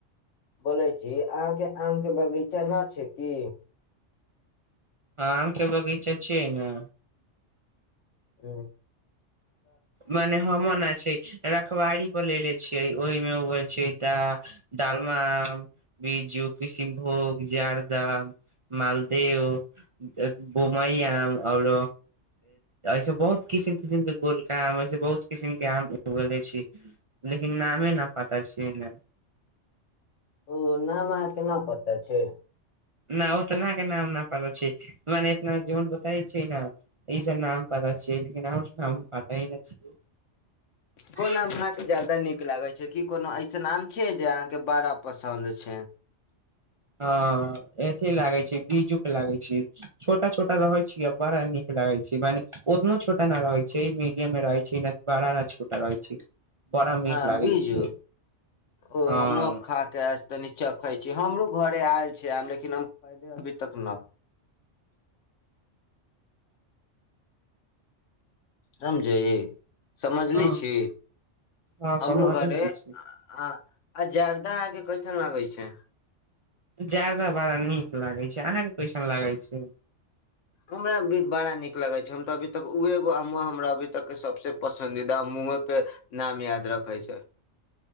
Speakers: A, on the left; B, on the right.
A: बोलै छी अहाँके आम के बगीचा न छै की।
B: ह आम के बगीचा छियै ने।
A: ह।
B: मने हन छै रखवड़ी। लेे छियै ओहि मे उग छै त दालमा आम बिज्जू किशनभोग जारदाम मालदेव बोई आम आऔरो ऐस बहुत किसिम। किसमके गोलका आम एहिसे बहुत किसिमके आम उगले छी लेकिन नामे न पात छै ने।
A: ओ नाम अहाँके ना पता छै।
B: न ओ तऽ न के नाम न प छै मने इतना जन बताय छै ने। ई जे नाम पाता छैय लेकिन आर नाम पातइ ने छ।
A: कोन आम अहाँके ज्यादा नीक लागै छै की कोनो ऐसन आम छै जे आहाँ के बड़ा पसंन्द छै।
B: ह। अथे लागे छै बीजू के लागै छै छोटा छोटा रहैत छै आ बड़ा नीक लागे छै मने ओतनो छोटा ने रहै छै मडियम मे रहै छै ने बड़ा ने छोटा रहै छै। बड़ा मीठ
A: ह
B: लागे
A: बीजु
B: छै
A: ओ
B: हँ
A: होमक खा के आज तनी चखइ। हमरो घरे आयल छै आब लेकिन हम खले अभी तक न। समझे समझले
B: हँ
A: छी
B: हँ
A: हमरो
B: समझ
A: घरे।
B: ले छी
A: आजार। सा आके कैसन लागै छै।
B: जादा बड़ा नीक लागैत छै अहाँके। कैसन लागे छै
A: हमरा भी बड़ा नीक। लगै छै हम तऽ अभी तक उगो हमरा अभी तक के सबसँ पसन्दीदा मुँह पे नाम याद रखै छै।